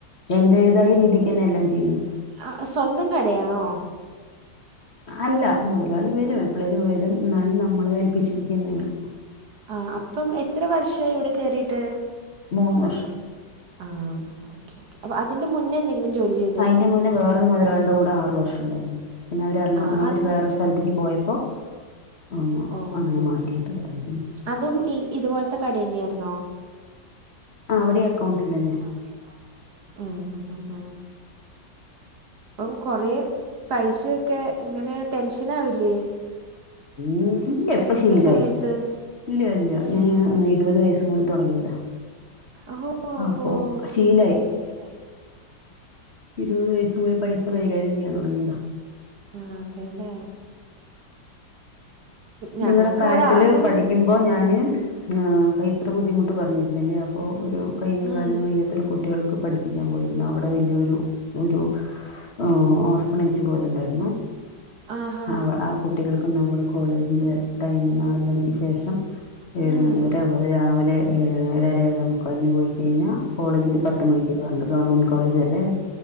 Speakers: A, on the left; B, on the right.
A: എന്റേതായ രീതിക്കെന്നെ എല്ലാം ചെയ്യ്ന്നേ
B: ആഹ് സ്വന്തം കടയാണോ
A: അല്ല മുതലാളി വരും എപ്പളേലും വരും ഇന്നാലും നമ്മളെ ഏൽപ്പിച്ചിരിക്കുന്നെണ്
B: ആഹ് അപ്പം എത്ര വർഷായി അവിടെ കേറിയിട്ട്
A: മൂന്ന് വർഷം
B: ആഹ് ഓക്കേ ഓക്കെ അപ്പൊ അതിന്റെ മുന്നേ എന്തേ ജോലി ചെ
A: അയിന്റെ മുന്നേ വേറൊരു മുതലാളിടെ കൂടെ ആറു വർഷം ഉണ്ടായിരുന്നു പിന്നെ അവര് എറണ
B: ആ
A: അവര്
B: അത്
A: വേറെ ഒരു സ് സ്ഥലതത്ത്ക്ക് പോയപ്പോൾ ആഹ്
B: ഓ
A: അങ്ങനെ മാറ്റിട്ടുണ്ടായിരുന്നു
B: അതും ഈ ഇതുപോലത്തെ കട തന്നെയായിരുന്നോ
A: ആഹ് അവിടെ അക്കൗണ്ട്സിൽ തന്നെ
B: അവിടിം അകൗണ്ടിസിൽ തെന്നെ, ഉം ഉം അപ്പം കുറെ പൈസൊക്കെ ഇങ്ങനെ ടെൻഷനാവില്ലേ
A: ഉം ഇല്ല ഇപ്പ ശീലായി
B: സമയത്ത്
A: ഇല്ല ഇല്ല
B: ഉം.
A: ഞാന് ഇരുപത് വയസ് മുതൽ തുടങ്ങിയതാ
B: ഓ ഓ
A: അപ്പൊ
B: ഹോ ഓക്കെ
A: ശീലായി
B: ഓക്കെ, ശീലായി
A: ഇരുപത് വയസുമുതൽ പൈസ കൈകാര്യം ചെയ്യാൻ തുടങ്ങിയതാ
B: ആഹ് അതേല്ലേ? ഞങ്ങൾക്ക്
A: നിങ്ങളുടെ പ്രായത്തില്
B: ഇവിടെ ആകെ
A: പഠിക്കുമ്പോ
B: ഒരു
A: ഞാന് ഏഹ് പൈതൃ ബുദ്ധിമുട്ട് പറഞ്ഞിരുന്നില്ലേ പ്പോ ഒരു കയ്യിനും
B: ഉം.
A: കാലിനും വയ്യാത്തൊരു കുട്ടികൾക്ക് പഠി ഠിപ്പിക്കാൻ പോയിരുന്നു അവിടെ വല്ലിയോരു ഒരു ഏഹ് ഓർഫനേജ് പോലുണ്ടായിരുന്നു
B: ആഹാ.
A: ആവ് ആ കുട്ടികൾക്കും നമ്മള് കോളേ ജിന്റെ ടൈമ് നാല്മണിക്ക് ശേഷം ഏഴ്
B: ഉം.
A: മണിവരെ അതുപോലെ രാവിലെ ഏഴ് ഏഴര എഴേ മുക്കാലിന് പോയി കഴിഞ്ഞാ കോളേജില് പ ത്ത് മണിക്ക് കേറണ്ടേ ഗവൺമെന്റ് കോളേജല്ലേ